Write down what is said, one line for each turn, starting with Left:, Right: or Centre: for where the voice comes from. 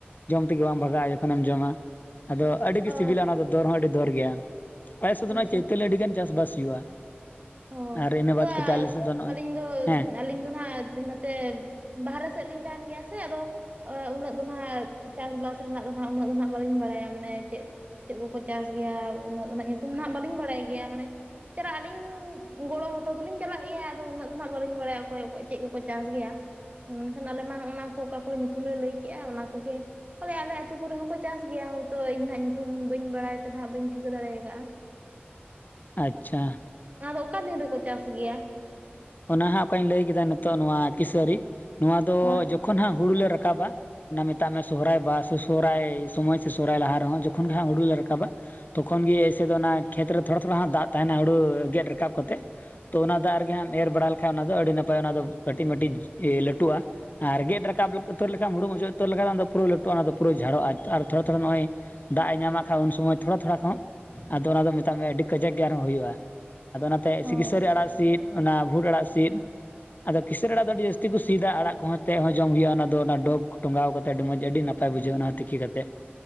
Left: ᱡᱚᱢ ᱛᱮᱜᱮ ᱵᱟᱢ ᱵᱷᱟᱜᱟᱜᱼᱟ ᱡᱚᱠᱷᱚᱱᱮᱢ ᱡᱚᱢᱟ, ᱟᱫᱚ ᱟᱹᱰᱤᱜᱮ
Right: ᱚ
Left: ᱥᱤᱵᱤᱞᱟ ᱚᱱᱟ ᱫᱚ ᱫᱚᱨ ᱦᱚᱸ ᱟᱹᱰᱤ ᱫᱚᱨ ᱜᱮᱭᱟ᱾ ᱟᱞᱮ ᱥᱮᱫ
Right: ᱟᱪᱪᱷᱟ᱾
Left: ᱱᱟᱦ ᱪᱳᱛᱟᱹᱞᱤ ᱟᱹᱰᱤ ᱜᱟᱱ ᱪᱟᱥᱵᱟᱥ ᱦᱩᱭᱩᱜᱼᱟ᱾
Right: ᱚ
Left: ᱟᱨ ᱤᱱᱟᱹ
Right: ᱟᱫᱚ
Left: ᱵᱟᱫ ᱠᱟᱛᱮᱫ ᱟᱞᱮ ᱥᱮᱫ ᱱᱚᱜᱼᱚᱭ
Right: ᱟᱹᱞᱤᱧ ᱫᱚ
Left: ᱦᱮᱸ
Right: ᱟᱹᱞᱤᱧ ᱫᱚ ᱱᱟᱜ ᱛᱮ ᱵᱟᱦᱨᱮ ᱥᱮᱫ ᱞᱤᱧ ᱛᱟᱦᱮᱱ ᱜᱮᱭᱟ ᱥᱮ ᱟᱫᱚ ᱚ ᱩᱱᱟᱹᱜ ᱫᱚ ᱦᱟᱸᱜ ᱪᱟᱥᱵᱟᱥ ᱨᱮᱱᱟᱜ ᱫᱚ ᱦᱟᱸᱜ ᱩᱱᱟᱹᱜ ᱫᱚ ᱦᱟᱸᱜ ᱵᱟᱹᱞᱤᱧ ᱵᱟᱲᱟᱭᱟ ᱢᱟᱱᱮ ᱪᱮᱫ ᱪᱮᱫ ᱠᱚᱠᱚ ᱪᱟᱥ ᱜᱮᱭᱟ ᱩᱱᱟᱹᱜ ᱩᱱᱟᱹᱜ ᱧᱩᱛᱩᱢ ᱦᱟᱜ ᱵᱟᱹᱞᱤᱧ ᱵᱟᱲᱟᱭ ᱜᱮᱭᱟ ᱢᱟᱱᱮ ᱪᱮᱞᱟᱜ ᱟᱹᱞᱤᱧ ᱜᱚᱲᱚ ᱦᱚᱴᱚ ᱫᱚᱞᱤᱧ ᱪᱟᱞᱟᱜ ᱜᱮᱭᱟ ᱟᱫᱚ ᱩᱱᱟᱹᱜ ᱫᱚ ᱦᱚᱱᱟᱜ ᱜᱚᱲᱚ ᱵᱟᱹᱞᱤᱧ ᱵᱟᱲᱟᱭᱟ ᱚᱠᱚᱭᱠᱚ ᱪᱮᱫ ᱠᱚᱠᱚ ᱪᱟᱥ ᱜᱮᱭᱟ᱾ ᱢᱮᱱᱠᱷᱟᱱ ᱟᱞᱮ ᱢᱟᱜᱼ ᱚᱱᱟ ᱠᱚ ᱚᱠᱟ ᱠᱚᱨᱮ ᱧᱩᱛᱩᱢ ᱞᱮ ᱞᱟᱹᱭ ᱠᱮᱜᱼᱟ ᱚᱱᱟ ᱠᱚᱜᱮ ᱵᱚᱞᱮ ᱟᱞᱮ ᱟᱹᱛᱩ ᱠᱚᱨᱮ ᱦᱚᱸᱠᱚ ᱪᱟᱥ ᱜᱮᱭᱟ ᱦᱭᱛᱳ ᱤᱧ ᱦᱟᱜ ᱧᱩᱛᱩᱢ ᱵᱟᱹᱧ ᱵᱟᱲᱟᱭ ᱛᱮᱦᱟᱜ ᱵᱟᱹᱧ ᱴᱷᱤᱠᱟᱹ ᱫᱟᱲᱮ ᱟᱠᱟᱫᱼᱟ᱾ <inaudible>
Left: ᱟᱪᱪᱷᱟ᱾
Right: ᱚᱱᱟ ᱫᱚ ᱚᱠᱟ ᱫᱤᱱ ᱨᱮᱠᱚ ᱪᱟᱥ ᱜᱮᱭᱟ?
Left: ᱚᱱᱟ ᱦᱟᱸᱜ ᱚᱠᱟᱧ ᱞᱟᱹᱭ ᱠᱮᱫᱟ ᱱᱤᱛᱚᱜ ᱱᱚᱣᱟ ᱠᱤᱥᱟᱹᱨᱤ, ᱱᱚᱣᱟ ᱫᱚ
Right: ᱦᱳᱭ
Left: ᱡᱚᱠᱷᱚᱱ ᱦᱟᱸᱜ ᱦᱩᱲᱩᱞ ᱞᱮ ᱨᱟᱠᱟᱵᱟ ᱚᱱᱟ ᱢᱮᱛᱟᱜ ᱢᱮ ᱥᱚᱦᱨᱟᱭ ᱵᱟᱦᱟ ᱥᱮ ᱥᱚᱦᱦᱟᱭ ᱥᱚᱢᱚᱭ ᱥᱮ ᱥᱚᱦᱨᱟᱭ ᱞᱟᱦᱟ ᱨᱮᱦᱚᱸ ᱡᱚᱠᱷᱚᱱ ᱜᱮ ᱦᱟᱸᱜ ᱦᱩᱲᱩᱞ ᱞᱮ ᱨᱟᱠᱟᱵᱟ᱾ ᱛᱚᱠᱷᱚᱱ ᱜᱮ ᱮᱭᱥᱮ ᱫᱚ ᱚᱱᱟ ᱠᱷᱮᱛ ᱨᱮ ᱛᱷᱚᱲᱟ ᱛᱷᱚᱲᱟ ᱫᱟᱜ ᱛᱟᱦᱮᱱᱟ ᱦᱩᱲᱩ ᱜᱮᱫ ᱨᱟᱠᱟᱵ ᱠᱟᱛᱮᱫ᱾ ᱛᱚ ᱚᱱᱟ ᱫᱟᱜ ᱨᱮᱜᱮ ᱦᱟᱸᱜ ᱮᱢ ᱮᱨ ᱵᱟᱲᱟ ᱞᱮᱠᱷᱟᱱ ᱚᱱᱟ ᱫᱚ ᱟᱹᱰᱤ ᱱᱟᱯᱟᱭ ᱚᱱᱟ ᱫᱚ ᱠᱟᱹᱴᱤᱡ ᱢᱟᱹᱴᱤᱡ ᱞᱟᱹᱴᱩᱜᱼᱟ᱾ ᱟᱨ ᱜᱮᱫ ᱨᱟᱠᱟᱵ ᱩᱛᱟᱹᱨ ᱞᱮᱠᱷᱟᱱ ᱦᱩᱲᱩ ᱚᱪᱚᱜ ᱩᱛᱟᱹᱨ ᱞᱮᱠᱷᱟᱱᱫᱚ ᱯᱩᱨᱟᱹᱞᱟᱴᱩᱜᱼᱟ ᱫᱚ ᱯᱩᱨᱟᱹ ᱡᱷᱟᱲᱚᱜᱼᱟ ᱟᱨ ᱛᱷᱚᱲᱟ ᱛᱷᱚᱲᱟ ᱱᱚᱜᱼᱚᱭ ᱫᱟᱜ ᱮ ᱧᱟᱢᱟᱜ ᱠᱷᱟᱱ ᱩᱱ ᱥᱚᱢᱚᱭ ᱛᱷᱚᱲᱟ ᱛᱷᱚᱲᱟ ᱠᱷᱚᱱ ᱟᱫᱚ ᱚᱱᱟ ᱫᱚ ᱢᱮᱛᱟᱜ ᱢᱮ ᱟᱹᱰᱤ ᱠᱟᱡᱟᱠ ᱜᱮ ᱟᱨᱦᱚᱸ ᱦᱩᱭᱩᱜᱼᱟ᱾ ᱟᱫᱚ ᱚᱱᱟᱛᱮ ᱤᱥᱤ
Right: ᱚ
Left: ᱠᱤᱥᱟᱹᱨᱤ ᱟᱲᱟᱜ ᱥᱤᱫ ᱚᱱᱟ ᱵᱷᱩᱴ ᱟᱲᱟᱜ ᱥᱤᱫ
Right: <inaudible>
Left: ᱟᱫᱚ ᱠᱤᱥᱟᱨᱤ ᱟᱲᱟᱜ ᱫᱚ ᱟᱹᱰᱤ ᱡᱟᱹᱥᱛᱤ ᱠᱚ ᱥᱤᱫᱟ ᱟᱲᱟᱜ ᱠᱚᱦᱚᱸ ᱪᱮᱫ ᱦᱚᱸ ᱡᱚᱢ ᱦᱩᱭᱩᱜᱼᱟ ᱚᱱᱟ ᱫᱚ ᱚᱱᱟ ᱰᱚᱜᱽ ᱴᱚᱸᱜᱟᱣ ᱠᱟᱛᱮ ᱟᱹᱰᱤ ᱢᱚᱡᱽ ᱟᱹᱰᱤ ᱱᱟᱯᱟᱭ ᱵᱩᱡᱷᱟᱹᱜᱼᱟ ᱚᱱᱟᱛᱮ ᱛᱤᱠᱤ ᱠᱟᱛᱮᱫ᱾